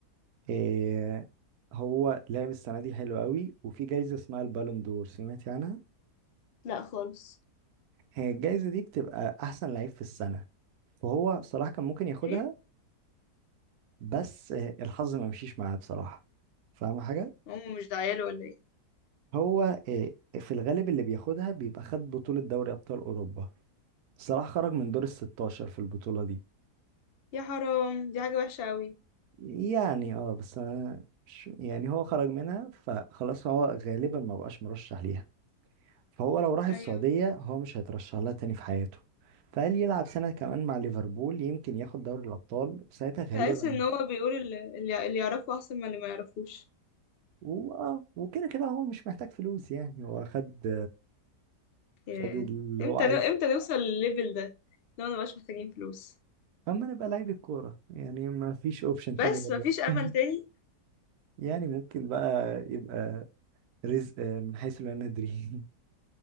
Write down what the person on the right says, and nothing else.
إيه هو لعب السنة دي حلو قوي وفي جايزة اسمها البالون دور سمعتي عنها
هي الجايزة دي بتبقى احسن لعيب في السنة فهو صلاح كان ممكن ياخدها
بس آه، الحظ ما مشيش معاه بصراحة فاهم حاجة
هو آه، في الغالب اللي بياخدها بيبقى خد بطولة دوري أبطال أوروبا صلاح خرج من دور الستاشر في البطولة دي
يعني اه بس أنا مش يعني هو خرج منها فخلاص هو غالبا ما بقاش مرشح ليها فهو لو راح السعودية
هو مش هيترشح لها تاني في حياته فقال يلعب سنة كمان مع ليفربول يمكن ياخد دوري الأبطال ساعتها غالبا
واه وكده كده هو مش محتاج فلوس يعني هو خد
خد اللي
هو عايزه
اما نبقى لعيب كورة يعني ما فيش اوبشن تاني
غير
ده
<laughs>
يعني ممكن بقى يبقى رزق آه، من حيث لا ندري